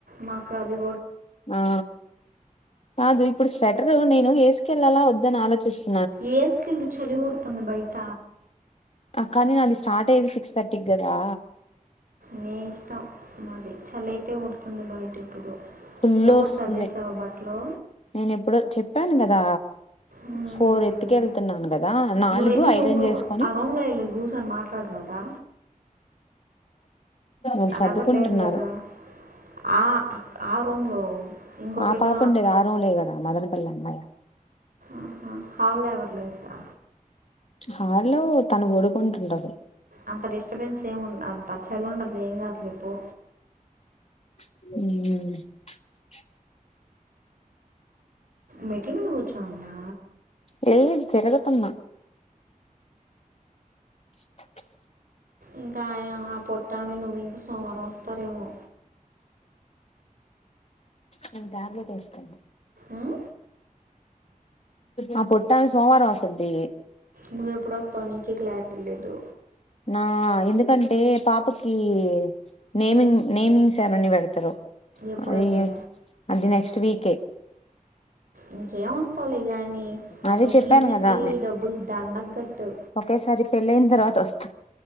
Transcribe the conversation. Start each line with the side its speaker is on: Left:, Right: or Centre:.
Right: మాకు కదు
Left: ఆ కాదు ఇప్పుడు స్వెటరు నేను వేసుకెళ్ళాల వద్దని ఆలోచిస్తా.
Right: ఏ స్కిళ్లు చలి ఉడుతుంది బయట.
Left: కానీ అది స్టార్ట్ అయ్యేది సిక్స్ థర్టీకి కదా
Right: నీ ఇష్టం మరి చలయితే ఉడుతుంది బయట ఇప్పుడు
Left: ఫుల్లు
Right: నువ్వు కూడా
Left: వస్తుంది.
Right: సర్దేసావా బట్టలు
Left: నేను ఎప్పుడో చెప్పాను కదా
Right: మ్మ్.
Left: ఫోర్ ఎత్తుక వెళ్తున్నాను కదా నాలుగు
Right: నువ్వు వెళ్ళి
Left: ఐరన్
Right: రూమ్లో
Left: చేసుకొని.
Right: ఆ రూమ్లో వెళ్ళి కూర్చొని మాట్లాడు కదా
Left: వాళ్లు
Right: ఆడెవరు
Left: సర్దుకుంటున్నారు
Right: లేరు కదా ఆ ఆ రూమ్లో ఇంకో
Left: ఆ
Right: పిల్ల
Left: పాప ఉండేది ఆ రూమ్ మే కదా మదనపల్లి అమ్మాయి
Right: ఆహా హళ్ళ ఎవరు లేదుగా
Left: హాల్లో తను ఒడుకుంటుంటది
Right: అంత డిస్టర్బెన్స్ ఏమి అ పచ్చలు ఉండదు ఏం కాదులే పో
Left: ఉ
Right: మెట్ల మీద కూర్చో అన్నా
Left: లేదు తిరుగుతున్న బోళ్ల సౌండ్
Right: ఇంకా ఆ పోట్టామే నువ్వు ఇంకా సోమవారం వస్తారేమో
Left: నీను టాబ్లెట్ వేస్తాడి
Right: ఉం?
Left: ఆ పొట్టమే సోమవారం వస్తది తీఇ
Right: నువ్వెప్పుడు వస్తావు నీకే క్లారిటీ లేదు
Left: ఆ ఎందుకంటే పాపకి నేమింగ్ నేమింగ్ సారనీ పెడతారు
Right: ఎప్పుడదే
Left: అది అది నెక్స్ట్ వీకే
Right: ఇంకేం వస్తాలే గాని
Left: అదే
Right: నువ్వు
Left: చెప్పాను
Right: పీచుకి
Left: కదా
Right: డబ్బులు దండగ గట్టు
Left: ఒకేసారి పెళ్ళి అయిన తర్వాత వస్తా